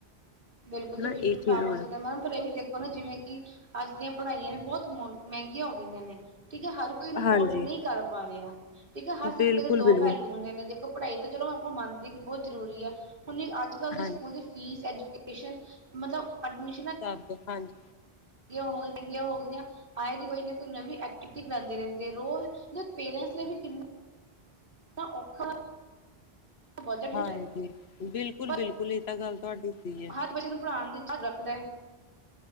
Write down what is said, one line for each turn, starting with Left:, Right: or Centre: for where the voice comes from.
Right: ਬਿਲਕੁੱਲ
Left: ਹਨਾ
Right: ਜੀ, ਬਿਲਕੁਲ
Left: ਇਹ
Right: ਖਰਾਬ
Left: ਚੀਜ਼
Right: ਹੋ ਸਕਦਾ
Left: ਜਾਂਦੀ
Right: ਮੈਮ। ਪਰ ਇਹ ਵੀ ਦੇਖੋ ਨਾ ਜਿਵੇਂ ਕਿ ਅੱਜ ਦੀਆ ਪੜਾਈਆ ਵੀ ਬੋਤ ਮੋ ਮੈਂਗੀਆਂ ਹੋ ਗਈਆਂ ਨੇ ਠੀਕ, ਹਰ ਹਰ ਕੋਈ ਇਸ ਨੂੰ ਅਫੋਡ
Left: ਹਾਂਜੀ
Right: ਨਈ ਕਰ ਪਾ ਰਿਆ ਠੀਕ ਆ, ਹਰ ਸਿੱਕੇ
Left: ਬਿਲਕੁਲ
Right: ਦੇ ਦੋ
Left: ਬਿਲਕੁਲ
Right: ਪੈਲੂ ਹੁੰਦੇ ਨੇ ਦੇਖ ਪੜਾਈ ਤੇ ਚਲੋ ਆਪਾਂ ਮੰਨਦੇ ਕਿ ਬੋਤ ਜ਼ਰੂਰੀ ਐ, ਹੁਣ ਅੱਜ-ਕੱਲ ਦੇ
Left: ਹਾਂਜੀ
Right: ਸਕੂਲ ਦੀ ਫੀਸ, ਐਜੂ ਕੇਸ਼ਨ ਮਤਲਬ ਐਡਮਿ
Left: ਸਬ ਹਾਂਜੀ
Right: ਗੇਂਹੂ ਹੋ ਗਿਆ ਗੇਂਹੂ ਉਗ ਗਿਆ ਆਏ ਦੀ ਕੋਈ ਨਾ ਕੋਈ ਨਵੀ ਐਕਟੀਵਿਟੀ ਕਰਾਂਦੇ ਰੈਂਦੇ ਰੋਜ਼, ਪੇਰੇਂਟਸ ਲਈ ਵੀ ਕਿੰਨਾ ਐਨਾ ਔਖਾ ਬਜਟ
Left: ਹਾਂਜੀ,
Right: ਹੈ
Left: ਬਿਲਕੁਲ
Right: ਪਰ
Left: ਬਿਲਕੁਲ, ਏ ਤਾਂ ਗੱਲ ਤਾਡੀ ਸਈ ਹੈ।
Right: ਹਰ ਬੱਚੇ ਨੂੰ ਪੜਾਣ ਦੀ ਤਾਂ ਰੱਖਦਾ।